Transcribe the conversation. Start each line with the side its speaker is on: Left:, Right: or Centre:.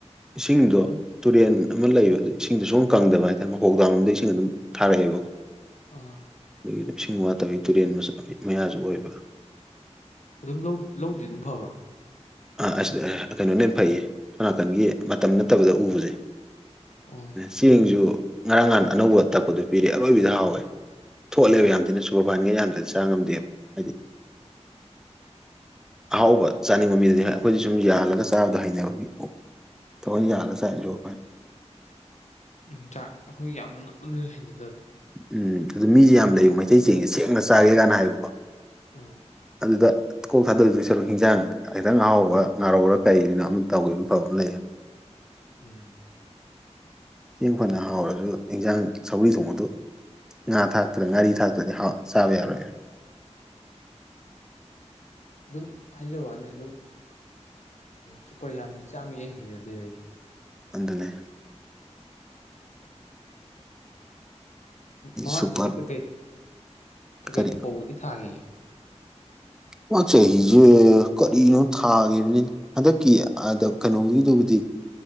Centre: ꯏꯁꯤꯡꯗꯣ
Left: ꯑꯅꯤ
Centre: ꯇꯨꯔꯦꯟ ꯑꯃ ꯂꯩꯕꯗ ꯑꯗꯨ ꯏꯁꯤꯡꯗꯁꯨ ꯁꯨꯝ ꯀꯪꯗꯕ ꯍꯥꯏꯇꯥꯔꯦ ꯍꯣꯡꯣꯛꯗꯥꯎꯟꯔꯣꯝꯗ ꯏꯁꯤꯡ ꯑꯗꯨꯝ ꯊꯥꯔꯛꯑꯦꯕꯀꯣ
Left: ꯑꯥ
Centre: ꯑꯗꯒꯤꯗꯤ ꯏꯁꯤꯡ ꯋꯥꯠꯇꯕꯒꯤ ꯇꯨꯔꯦꯟ ꯃꯠ ꯃꯌꯥꯁꯨ ꯑꯣꯏꯕ
Left: ꯑꯗꯨꯝ ꯂꯧꯗꯤ ꯑꯗꯨꯝ ꯐꯕ꯭ꯔꯥ
Centre: ꯑ ꯑꯁꯤꯗ ꯀꯩꯅꯣꯅ ꯐꯩꯌꯦ ꯁꯣꯅꯥꯀꯟꯒꯤ ꯃꯇꯝ ꯅꯠꯇꯕꯗ ꯎꯕꯁꯦ
Left: ꯑꯣ
Centre: ꯆꯦꯡꯁꯨ ꯉꯔꯥꯡ ꯉꯍꯥꯟ ꯑꯅꯧꯕ ꯊꯛꯄꯗꯣ ꯄꯤꯔ ꯑꯔꯣꯏꯕꯤꯗ ꯍꯥꯎꯋꯦ ꯊꯣꯛꯍꯜꯂꯦꯕ ꯌꯥꯝ ꯊꯤꯅ ꯁꯨꯒꯔꯐꯥꯏꯟꯒ ꯌꯥꯝꯗ꯭ꯔꯅ ꯆꯥ ꯉꯝꯗꯦꯕ ꯍꯥꯏꯗꯤ
Left: <unintelligible>
Centre: ꯑꯍꯥꯎꯕ ꯆꯥꯅꯤꯡꯕ ꯃꯤꯗꯗꯤ ꯑꯩꯈꯣꯏꯗꯤ ꯁꯨꯝ ꯌꯥꯜꯂꯒ ꯆꯥꯕꯗꯣ ꯍꯩꯅꯕꯒꯤ ꯑꯣ ꯊꯈꯣꯏ ꯌꯥꯅ ꯆꯥꯏꯖꯣꯄꯥꯏ
Left: ꯎꯝ ꯆꯥꯛ ꯑꯩꯈꯣꯏ ꯌꯥꯝꯅ ꯍꯩꯅꯗꯕꯗꯣ
Centre: ꯎꯝ ꯑꯗꯨ ꯃꯤꯁꯦ ꯌꯥꯝ ꯂꯩꯕ ꯃꯩꯇꯩꯁꯤꯡꯦꯡꯁꯦ ꯁꯦꯡꯅ ꯆꯥꯒꯦ ꯀꯥꯏꯅ ꯍꯥꯏꯌꯦꯕꯀꯣ
Left: ꯑꯥ
Centre: ꯑꯗꯨꯗ ꯀꯣꯛ ꯊꯥꯗꯔꯤꯗꯨ ꯁꯔꯨꯛ ꯍꯤꯟꯖꯥꯡ ꯈꯤꯇꯪ ꯉꯍꯥꯎꯕ꯭ꯔ ꯉꯥꯔꯧꯕ꯭ꯔꯥ ꯀꯩꯒꯤꯅꯣ ꯑꯃ ꯇꯧꯒꯦ ꯑꯃ ꯐꯕ ꯑꯃ ꯂꯩꯌꯦ
Left: ꯎꯝ
Centre: ꯆꯦꯡ ꯐꯅ ꯍꯥꯎꯔꯁꯨ ꯏꯟꯖꯥꯡ ꯁꯧꯔꯤ ꯊꯣꯡꯕꯗꯣ ꯉꯥ ꯊꯥꯛꯇ꯭ꯔ ꯉꯥꯔꯤ ꯊꯥꯛꯇ꯭ꯔꯗꯤ ꯆꯥꯕ ꯌꯥꯔꯣꯏꯕ
Left: ꯎꯝ ꯑꯗꯨꯝ ꯍꯥꯏꯖꯕ ꯋꯥꯅꯤ ꯑꯗꯨꯝ ꯁꯨꯄꯔ ꯌꯥꯅꯤ ꯆꯥꯃꯤ ꯑꯩ ꯍꯤꯡꯩꯅꯗꯦꯗꯩꯗꯤ
Centre: ꯑꯗꯨꯗꯨꯅꯦ
Left: ꯃꯃꯥꯡꯁꯤꯗꯤ
Centre: ꯁꯨꯄꯔ
Left: ꯀꯩꯀꯩ ꯀꯩꯀꯩ
Centre: ꯀꯔꯤ
Left: ꯐꯧꯕꯗꯤ ꯊꯥꯈꯤꯌꯦꯦ
Centre: ꯃꯥ ꯆꯍꯤꯁꯦ ꯀꯔꯤꯅꯣ ꯊꯥꯈꯤꯕꯅꯤꯅꯦ ꯍꯟꯗꯛꯀꯤ ꯀꯩꯅꯣꯒꯤꯗꯨꯕꯨꯗꯤ